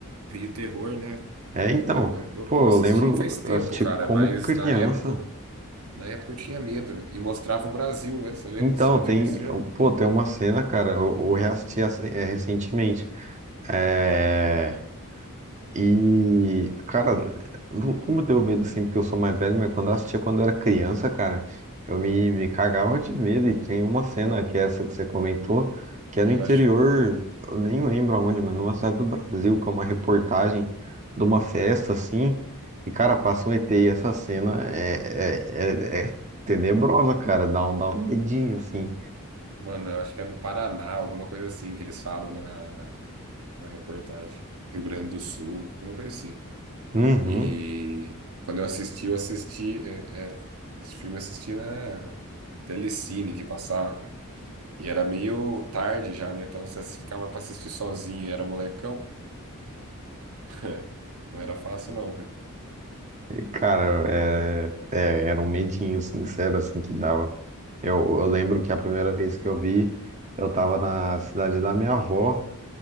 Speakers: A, on the right; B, on the right.
A: meio terror, né?
B: É,
A: Não
B: então,
A: lembro. Eu,
B: pô,
A: eu assisti
B: eu lembro,
A: faz tempo,
B: eu assisti
A: cara,
B: como
A: mas
B: criança.
A: na época Na época eu tinha medo e mostrava o Brasil, né? Você lembra?
B: Então,
A: Você já
B: tem,
A: viu isso já?
B: pô, tem uma cena, cara, eu, eu reassisti essa- é, recentemente. É, E, cara, não, não me deu medo assim, porque eu sou mais velho, mas quando eu assistia quando eu era criança, cara, eu me, me cagava de medo. E tem uma cena
A: Não.
B: que é essa que você comentou, que é
A: E
B: no interior,
A: eu acho que,
B: eu nem lembro aonde, mas numa cidade do Brasil, que é uma reportagem de uma festa assim. E, cara, passa um ET e essa cena é, é, é, é tenebrosa, cara, dá um, dá um medinho assim.
A: mano, eu acho que é do Paraná, alguma coisa assim que eles falam na, na reportagem. Rio Grande do Sul, alguma coisa assim.
B: Uhum,
A: E quando eu assisti, eu assisti, é, é, esse filme eu assisti na Telecine que passava, cara. E era meio tarde já, né? Então você ficava pra assistir sozinho, era molecão. <laughs> Não era fácil não, cara.
B: cara, era, é, é, era um medinho sincero assim que dava. Eu, eu lembro que a primeira vez que eu vi, eu tava na cidade da minha avó